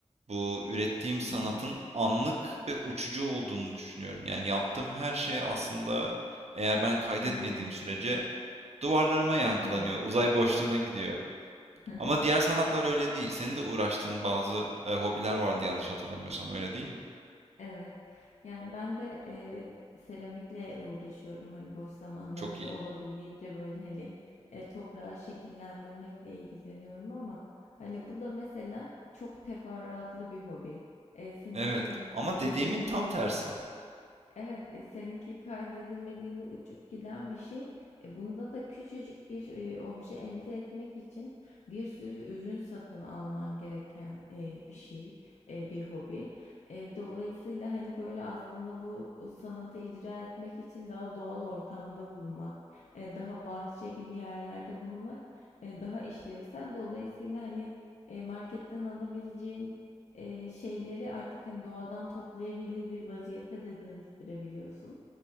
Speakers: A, on the right; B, on the left.
A: bu ürettiğim
B: Hı
A: sanatın
B: hı.
A: anlık ve uçucu olduğunu düşünüyorum. Yani yaptığım her şey aslında eğer ben kaydetmediğim
B: Hı hı.
A: sürece duvarlarıma yankılanıyor,
B: Evet.
A: uzay boşluğuna gidiyor.
B: Hı hı.
A: Ama diğer sanatlar öyle değil. Senin de uğraştığın bazı, eee, hobiler vardı yanlış hatırlamıyorsam, öyle değil mi?
B: Evet. Yani ben de e, seramikle uğraşıyorum hani boş zamanlarımda
A: Çok iyi.
B: olabildiğince böyle hani e, toprağı şekillendirmekle ilgileniyorum ama hani bu da mesela çok teferruatlı bir hobi. E, seninki
A: Evet
B: hani
A: ama
B: kaydedilmediğinde
A: dediğimin tam tersi.
B: Evet, e, seninki kaydedilmediğinde uçup giden bir şey. E, bunda da küçücük bir e, obje elde etmek için bir sürü ürün satın alman gereken e, bir şey, e, bir hobi. E, dolayısıyla hani böyle aslında bu sanatı icra etmek için daha doğal ortamda bulunmak, e, daha bahçe gibi yerlerde bulunmak, e, daha işlevsel. Dolayısıyla hani e, marketten alabileceğin e, şeyleri artık hani doğadan toplayabilir bir vaziyete de dönüştürebiliyorsun.